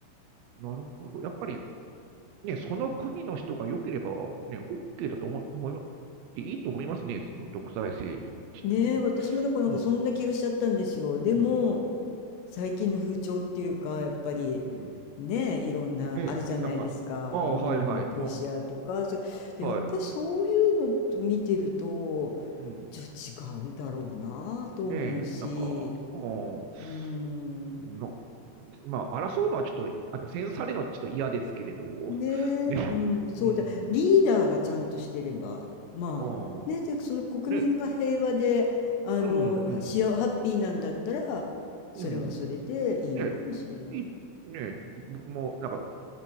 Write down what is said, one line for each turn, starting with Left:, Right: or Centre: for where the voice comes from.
Right: なるほど。やっぱりね、その国の人が良ければ、ね、OK だと思い、思いま、いいと思いますね、その独裁政治って言っても。
Left: ねえ私もだからなんかそんな気がしちゃったんですよ。
Right: うん、
Left: でも
Right: うん、
Left: 最近の風潮っていうかやっぱり
Right: うん。
Left: ねいろんなあるじゃないですか、
Right: ね、なんか、ああ、
Left: うん、
Right: はいはい、
Left: ロシアとかそれでやっぱそういうの見てると
Right: もう、はい、うん。
Left: ちょっと違うだろうなと思うし、
Right: ねえ、なんか、お
Left: うん、
Right: の、まあ、争うのはちょっと、あの、戦争されるのはちょっと嫌ですけれど、
Left: ねえ、
Right: ね、
Left: うん、そうだリーダーがちゃんとしてればまあねでその国民が平和であの幸ハッピーなんだったらそれはそれでいいのかもしれない。
Right: うん、ああ、ね、そうそう、うん、うん、ね、いね、僕も、なんか、